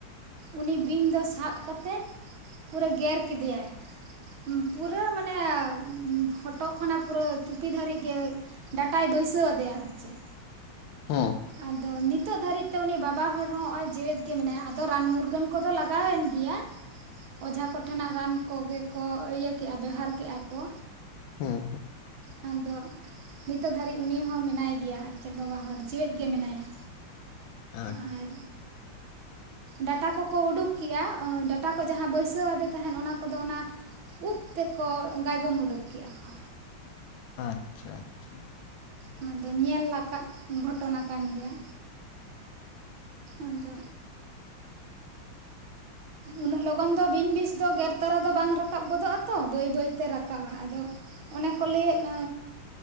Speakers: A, on the right; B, on the left.
A: ᱩᱱᱤ ᱵᱤᱧ ᱫᱚ ᱥᱟᱵ ᱠᱟᱛᱮᱜ ᱯᱩᱨᱟᱹ ᱜᱮᱨ ᱠᱮᱫᱮᱭᱟᱭ᱾ ᱯᱩᱨᱟᱹ ᱢᱟᱱᱮ ᱦᱚᱴᱚᱜ ᱠᱷᱚᱱᱟᱜ ᱯᱩᱨᱟᱹ ᱪᱩᱯᱤ ᱫᱷᱟᱹᱨᱤᱡ ᱜᱮ ᱰᱟᱴᱟᱭ ᱵᱟᱹᱭᱥᱟᱹ ᱣᱟᱫᱮᱭᱟ ᱟᱨ ᱪᱮᱫ᱾
B: ᱦᱩᱸ᱾
A: ᱟᱫᱚ ᱱᱤᱛᱳ ᱫᱷᱟᱹᱨᱤᱡ ᱛᱮ ᱩᱱᱤ ᱵᱟᱵᱟ ᱦᱚᱲ ᱦᱚᱸ ᱦᱚᱜᱚᱭ ᱡᱮᱣᱮᱫ ᱜᱮ ᱢᱮᱱᱟᱭᱟ ᱟᱫᱚ ᱨᱟᱱ ᱢᱩᱨᱜᱟᱹᱱ ᱠᱚᱫᱚ ᱞᱟᱜᱟᱣᱮᱱ ᱜᱮᱭᱟ᱾ ᱚᱡᱷᱟ ᱠᱚᱴᱷᱮᱱᱟᱜ ᱨᱟᱱ ᱠᱚᱜᱮ ᱠᱚ ᱤᱭᱟᱹ ᱠᱮᱜ-ᱟ ᱵᱮᱣᱦᱟᱨ ᱠᱮᱜᱟ ᱠᱚ᱾
B: ᱦᱩᱸ
A: ᱠᱷᱟᱱ ᱫᱚ ᱱᱤᱛᱚᱜ ᱫᱷᱟᱹᱨᱤᱡ ᱩᱱᱤ ᱦᱚᱸ ᱢᱮᱱᱟᱭ ᱜᱮᱭᱟ ᱟᱨ ᱪᱮᱜ ᱵᱟᱵᱟ ᱦᱚᱲ ᱡᱮᱣᱮᱫ ᱜᱮ ᱢᱮᱱᱟᱭᱟ᱾
B: ᱟᱪ
A: ᱟᱨ ᱰᱟᱴᱟ ᱠᱚᱠᱚ ᱩᱰᱩᱠ ᱠᱮᱜ-ᱟ ᱰᱟᱴᱟ ᱠᱚ ᱡᱟᱦᱟᱸ ᱵᱟᱹᱭᱥᱟᱹᱣ ᱟᱫᱮ ᱛᱟᱦᱮᱱ ᱚᱱᱟ ᱠᱚᱫᱚ ᱚᱱᱟ ᱩᱵ ᱛᱮᱠᱚ ᱜᱟᱭᱜᱚᱢ ᱩᱰᱩᱠ ᱠᱮᱜ-ᱟ ᱠᱚ᱾
B: ᱟᱪᱪᱷᱟ ᱟᱪᱪᱷᱟ
A: ᱚᱱᱟ ᱫᱚ ᱧᱮᱞ ᱟᱠᱟᱜ ᱜᱷᱚᱴᱚᱱᱟ ᱠᱟᱱ ᱜᱮᱭᱟ ᱟᱫᱚ ᱩᱱᱟᱹᱜ ᱞᱚᱜᱚᱱ ᱫᱚ ᱵᱤᱧ ᱵᱤᱥ ᱫᱚ ᱜᱮᱨ ᱛᱚᱨᱟ ᱫᱚ ᱵᱟᱝ ᱨᱟᱠᱟᱵ ᱜᱚᱫᱚᱜ ᱟᱛᱚ ᱵᱟᱹᱭ ᱵᱟᱹᱭᱛᱮ ᱨᱟᱠᱟᱵᱟ ᱟᱫᱚ ᱚᱱᱮ ᱠᱚ ᱞᱟᱹᱭᱮᱫ ᱟ